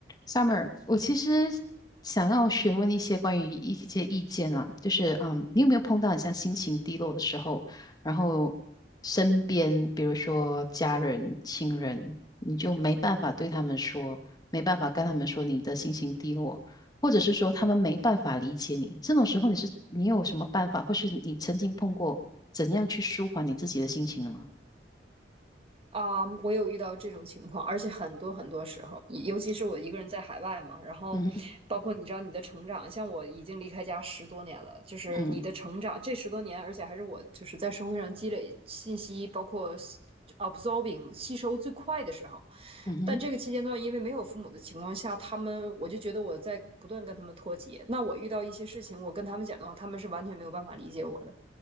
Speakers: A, on the left; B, on the right.
A: Summer，我其实想要询问一些关于一些意见啦，就是嗯，你有没有碰到很像心情低落的时候，然后身边比如说家人、亲人，你就没办法对他们说，没办法跟他们说你的心情低落，或者是说他们没办法理解你，这种时候你是你有什么办法，或是你曾经碰过怎样去舒缓你自己的心情的吗？
B: 啊我有遇到这种情况，而且很多很多时候，尤其是我一个人在海外嘛，然后包括你知道你的成长，
A: 嗯哼，
B: 像我已经离开家十多年了，就是你的成长这十多年，
A: 嗯哼
B: 而且还是我就是在社会上积累信息，包括呃 absorbing 吸收最快的时候。
A: 嗯哼，
B: 但这个期间段，因为没有父母的情况下，他们我就觉得我在不断跟他们脱节。那我遇到一些事情，我跟他们讲的话，他们是完全没有办法理解我的。